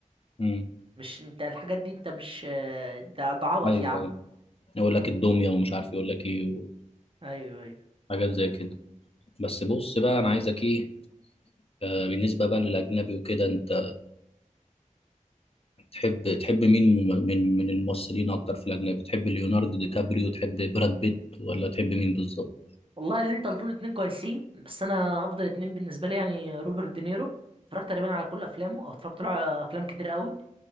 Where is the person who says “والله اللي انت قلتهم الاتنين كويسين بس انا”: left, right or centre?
Right